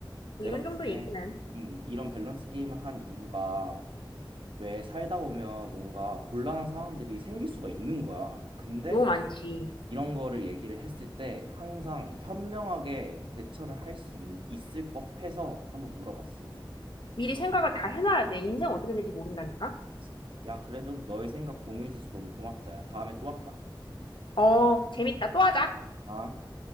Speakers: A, on the left (about 70°); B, on the right (about 80°).
A: 뭐
B: 내가
A: 이런 정도
B: 요즘에
A: 얘기는
B: 음, 이런 밸런스 게임을 한 이유가 왜 살다 보면 뭔가 곤란한 상황들이 생길 수가 있는 거야. 근데
A: 너무 많지.
B: 이런 거를 얘기를 했을 때 항상 현명하게 대처를 할 수 있을 법해서 한번 물어봤어 오늘.
A: 미리 생각을 다 해놔야 돼. 인생 어떻게 될지 모른다니까?
B: 그치. 야, 그래도 너의 생각 공유해줘서 너무 고맙다. 야, 다음에 또 할까?
A: 어, 재밌다. 또 하자.
B: 아.